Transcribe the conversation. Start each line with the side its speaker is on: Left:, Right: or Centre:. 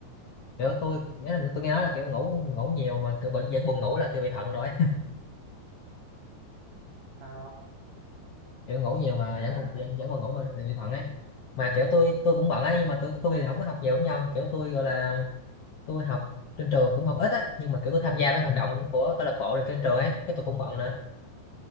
Left: kiểu tôi nghĩa là tôi nghe nói là kiểu ngủ ngủ nhiều mà kiểu vẫn vẫn buồn ngủ là kiểu bị thận rồi
Right: sao không
Left: <laughs> kiểu ngủ nhiều mà
Right: à
Left: vẫn còn vẫn, vẫn buồn ngủ mà bị thận ấy mà kiểu tôi tôi cũng bận ấy nhưng mà tôi tôi thì không có học nhiều giống như ông kiểu tôi gọi là tôi học trên trường cũng học ít á nhưng mà kiểu tôi tham gia mấy hoạt động của câu lạc bộ rồi trên trường ấy cái tôi cũng bận nữa